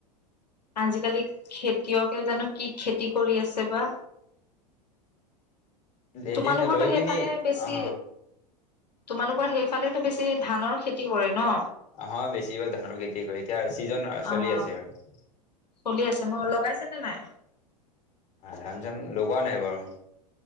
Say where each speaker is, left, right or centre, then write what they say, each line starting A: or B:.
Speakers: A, on the left; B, on the left.
A: আজিকালি খেতিয়কে জানো কি খেতি কৰি আছে বা।
B: এদিন
A: তোমালোকৰতো
B: লৈ
A: সেইফালে
B: পিনি
A: বেছি
B: অ।
A: তোমালোকৰ সেইফালেতো বেছি। ধানৰ খেতি কৰে ন।
B: আহ বেছিভাগ ধানৰ খেতি কৰে, এতিয়া চিজন চলি
A: অ'
B: আছে অহ
A: চলি আছে ন, লগাইছে নে নাই?
B: আহ ধান-চান লগোৱা নাই বাৰু।